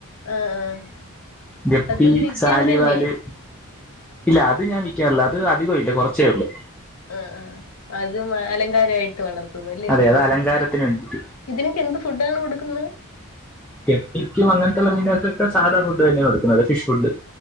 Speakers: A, on the left; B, in the centre.
A: ആഹ് ആഹ്
B: ഗപ്പി,
A: അതും വിൽക്കാൻ
B: സാലി
A: തന്നെ
B: വാല് ഇല്ല അത് ഞാൻ വിക്കാറില്ല അത് അധികം ഇല്ല കുറച്ചേള്ളൂ
A: ആ ആ അത് അലങ്കാരായിട്ട് വളർത്ത ല്ലേ
B: അതെ
A: നീ
B: അത് അലങ്കാരത്തിന് വേണ്ടിട്ട്
A: ഇതിനൊക്കെ എന്ത് ഫുഡാണ് കൊടുക്കുന്നെ
B: ഗപ്പിക്കും അങ്ങനെത്തെ ഉള്ള മീനുകൾക്കൊക്കെ സാധാ ഫുഡ് തന്നെയാ കൊടുക്കുന്നെ ഫിഷ് ഫുഡ്